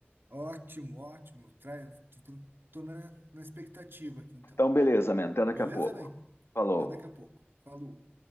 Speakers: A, on the right; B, on the left.
A: Ótimo, ótimo. Tra... Tô, tô- tô na, na expectativa aqui então.
B: Então, beleza, man. Até daqui
A: Beleza,
B: a pouco.
A: man?
B: Falou.
A: Até daqui a pouco. Falou.